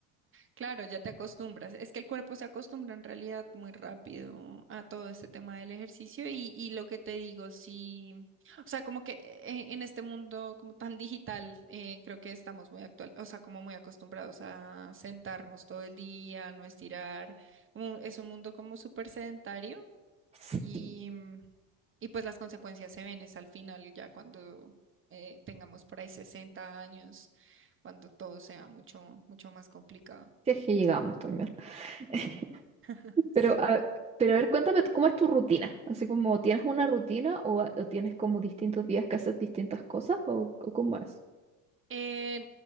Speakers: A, on the right; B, on the right.
A: Claro, ya te acostumbras. Es que el cuerpo se acostumbra en realidad muy rápido a todo este tema del ejercicio y, y lo que te digo, sí, o sea, como que eh, en este mundo como tan digital, eh, creo que estamos muy actual, o sea, como muy acostumbrados a sentarnos todo el día, no estirar, como es un mundo como súper sedentario.
B: Sí,
A: Y, mm, y pues las consecuencias se ven es al final, ya cuando eh, tengamos por ahí 60 años, cuando todo sea mucho, mucho más complicado.
B: si es que llegamos también. <laughs>
A: <laughs>
B: Pero
A: Sí, bueno.
B: a, pero a ver, cuéntame, ¿cómo es tu rutina? Así como, ¿tienes una rutina o, ah, o tienes como distintos días que haces distintas cosas o, o cómo es?
A: Eh,